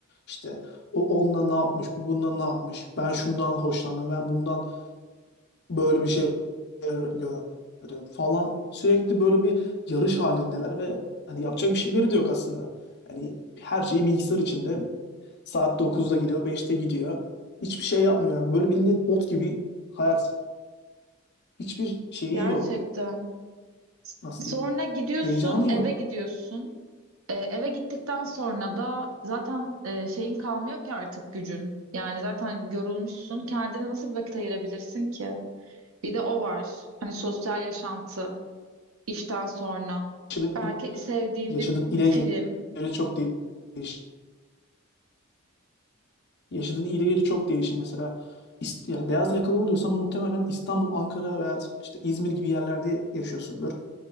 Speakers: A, on the left (about 50°); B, on the right (about 75°).
A: İşte o onunla ne yapmış, bu bununla ne yapmış? Ben şundan hoşlandım, ben bundan böyle bir şey gördüm falan. Sürekli böyle bir yarış halindeler ve hani yapacak bir şeyleri de yok aslında. Hani her şeyi bilgisayar içinde saat dokuzda geliyor, beşte gidiyor. Hiçbir şey yapmıyor. Yani böyle bildiğin ot gibi hayat. Hiçbir şeyi
B: Gerçekten.
A: yok. Nasıl
B: Sonra
A: diyeyim?
B: gidiyorsun,
A: Heyecanı yok.
B: eve gidiyorsun. E, eve gittikten sonra da zaten e, şeyin kalmıyor ki artık gücün. Yani zaten yorulmuşsun. Kendine nasıl bir vakit ayırabilirsin ki? Bir de o var. Hani sosyal yaşantı işten sonra.
A: Yaşadığın,
B: Belki
A: il-
B: sevdiğin
A: yaşadığın
B: bir
A: ile
B: film.
A: göre çok değişir. Yaşadığın ile göre çok değişir mesela. İst- Yani beyaz yakalı oluyorsan muhtemelen İstanbul, Ankara veya işte İzmir gibi yerlerde yaşıyorsundur.